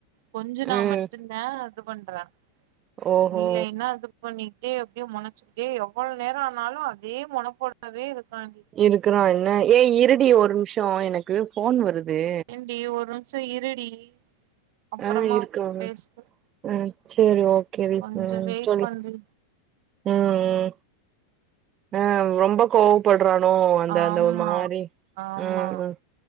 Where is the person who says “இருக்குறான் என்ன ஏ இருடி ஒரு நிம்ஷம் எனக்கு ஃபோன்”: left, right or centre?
Right